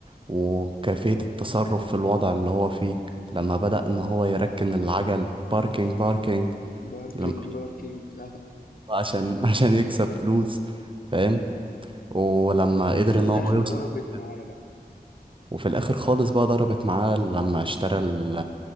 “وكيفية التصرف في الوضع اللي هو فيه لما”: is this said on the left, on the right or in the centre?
Right